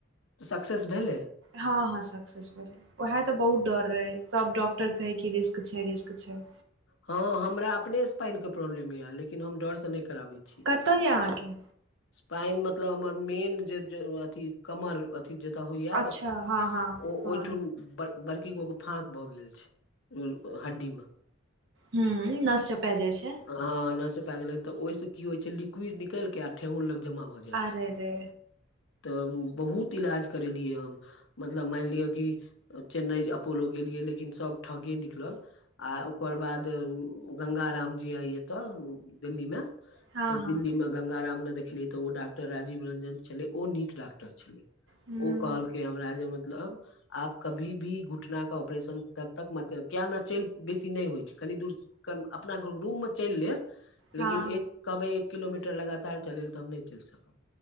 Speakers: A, on the left; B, on the right.
A: सक्सेस भेल
B: हँ हँ सक्सेस स उएहा ते बहुत डर रहे सब डॉक्टर कहै कि रिस्क छै रिस्क छै
A: हँ हमरा अपने स्पाइन के प्रॉब्लम यए लेकिन हम डर से नहि कराबैत छी
B: कतय य अहाँके
A: स्पाइन मतलब हमर मेन जे अथी कमर अथि जता होइया
B: अच्छा हँ हँ
A: ओ
B: हँ
A: ओठुन ब बड़की गो के फाक भ गेल छै हड्डी में
B: ह नस चपाय जाइ छै
A: हँ नर्स पा गेलै तऽ ओहिस की होइ छै लिक्विड निकलि के आ ठेहुन लग जमा भऽ जाइ
B: अरे
A: छै
B: रे
A: त बहुत इलाज करेलियै हम मतलब मानि लिअ कि चेन्नई अपोलो गेलियै लेकिन सभ ठगे निकलल आ ओकर बाद गंगा राम आइ तऽ दिल्ली में
B: हँ
A: तऽ
B: हँ
A: दिल्ली मे गंगा राम ने देखली तऽ ओ डॉक्टर राजीव रंजन छलै ओ नीक डॉक्टर छलै
B: हूँ
A: ओ कहल के हमरा जे मतलब आब कभी भी घुटनाे ऑपरेशन तब तक मत किया हमरा चलि बेसी नहि होइ छै कनि दूर अपना रूम में चल लेब लेकिन
B: हँ
A: एक कबै एक किलोमीटर लगातार चलेल तऽ हम नहि चलि सकब